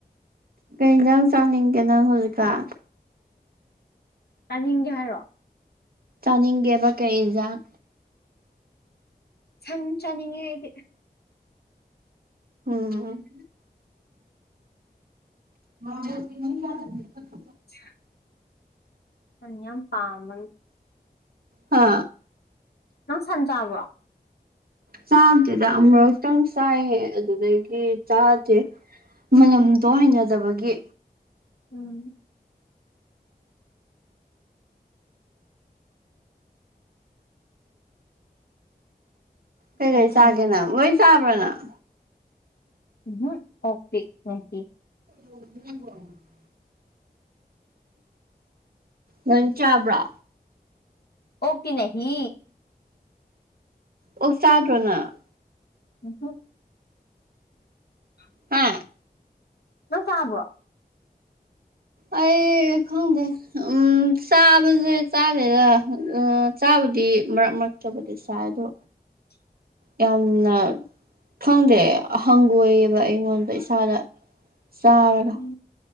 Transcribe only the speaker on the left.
ꯇꯥꯅꯤꯡꯉꯦ ꯍꯥꯏꯔꯣ
ꯁꯪ ꯆꯥꯅꯤꯡꯉꯦ ꯑꯩꯗꯤ
<inaudible> ꯁꯟ ꯌꯥꯝ ꯄꯥꯝꯕꯅꯤ
ꯅꯪ ꯁꯟꯆꯥꯕ꯭ꯔꯣ
ꯎꯝ
ꯌꯥꯝ
ꯆꯥꯅꯤꯡꯉꯦ
ꯎꯝ ꯍꯨꯝ ꯑꯣꯛꯇꯤ ꯅꯍꯤ
ꯑꯣꯛꯇꯤ ꯅꯍꯤ
ꯎꯝ ꯍꯨꯝ <inaudible>
ꯅꯪ ꯆꯥꯕ꯭ꯔꯣ
<inaudible>
ꯎꯝ